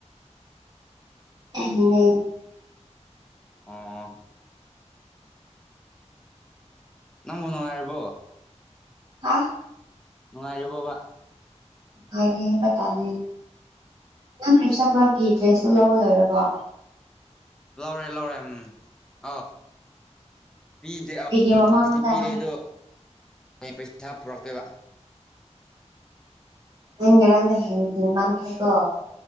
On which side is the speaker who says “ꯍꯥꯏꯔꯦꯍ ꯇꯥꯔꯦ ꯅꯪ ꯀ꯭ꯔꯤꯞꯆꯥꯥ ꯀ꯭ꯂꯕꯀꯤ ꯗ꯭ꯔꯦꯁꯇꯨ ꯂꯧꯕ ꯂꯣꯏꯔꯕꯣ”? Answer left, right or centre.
Right